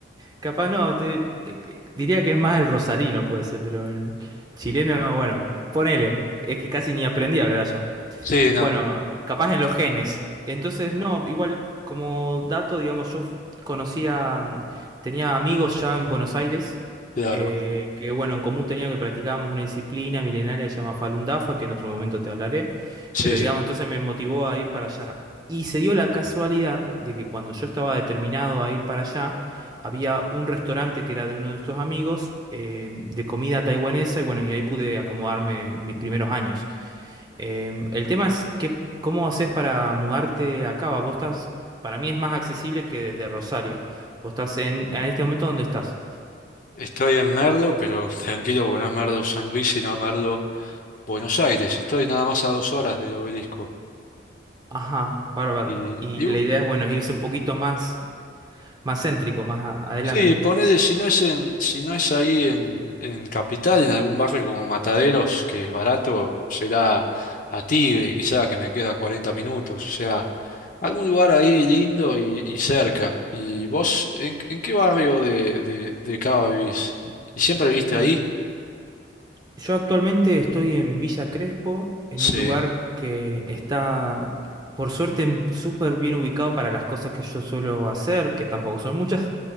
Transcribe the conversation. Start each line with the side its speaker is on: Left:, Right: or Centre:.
Right: Capaz no, te- eh, eh, diría que es más el rosarino, puede ser, pero el chileno, bueno, ponele, es que casi ni aprendí a hablar allá.
Left: Sí,
Right: Bueno,
Left: no,
Right: capaz en los genes. Entonces, no, igual como dato, digamos, yo f- conocía, mm, tenía amigos ya en Buenos Aires,
Left: claro.
Right: eh, que bueno, en común teníamos que practicábamos una disciplina milenaria que se llama Falun Dafa, que en otro momento te hablaré,
Left: Sí,
Right: pero digamos,
Left: sí.
Right: entonces me motivó a ir para allá. Y se dio la casualidad de que cuando yo estaba determinado a ir para allá, había un restaurante que era de uno de estos amigos, eh, de comida taiwanesa, y bueno, y ahí pude acomodarme mis primeros años. Em, el tema es que, ¿cómo haces para mudarte a Cava? Vos estás, para mí es más accesible que desde Rosario. Vos estás en, en este momento, ¿dónde estás?
Left: Estoy en Merdo, pero tranquilo porque no es Merdo San Luis, sino Merdo Buenos Aires, estoy nada más a dos horas del obelisco.
Right: Ajá, bárbaro.
Left: Y,
Right: Y
Left: y, uh,
Right: la idea es, bueno, irse un poquito más, más céntrico, más a- adelante.
Left: sí, ponele, si no es en, si no es ahí en, en Capital, en algún barrio como Mataderos, que es barato, será a Tigre, quizá, que me queda 40 minutos. O sea, algún lugar ahí lindo y, y cerca. ¿Y vos, en, en qué barrio de, de, de Cava vivís? ¿Y siempre viviste
Right: Bueno,
Left: ahí?
Right: yo actualmente estoy en Villa Crespo, en
Left: Sí.
Right: un lugar que está, por suerte, m- súper bien ubicado para las cosas que yo suelo hacer, que tampoco son muchas.